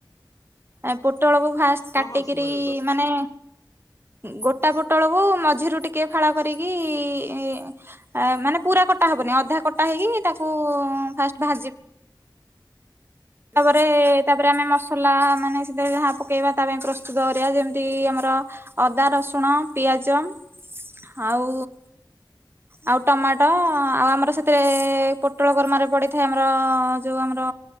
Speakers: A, on the right; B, on the left.
A: ଏ ପୋଟଳକୁ ଫାଷ୍ଟ କାଟିକରି
B: ହଁ ହଁ ହଁ ଶୁଭାଯାଉଛି
A: ମାନେ ଗୋଟା ପୋଟଳକୁ ମଝିରୁ ଟିକେ ଫାଳ କରିକି ଇ ମାନେ ପୁରା କଟା ହବନି ଅଧା କଟା ହେଇକି ତାକୁ ଫାଷ୍ଟ ଭାଜି ତାପରେ ତାପରେ ଆମେ ମସଲା ମାନେ ସେଥିରେ ଯାହା ପକେଇବା ତା ପାଇଁ ପ୍ରସ୍ତୁତ କରିବା ଯେମିତି ଆମର ଅଦା, ରସୁଣ, ପିଆଜ ଆଉ ଆଉ ଟମାଟ ଆଉ ଆମର ସେଥିରେ ପୋଟଳ କୁରମାରେ ପଡି଼ଥାଏ ଆମର ଯୋଉ ଆମର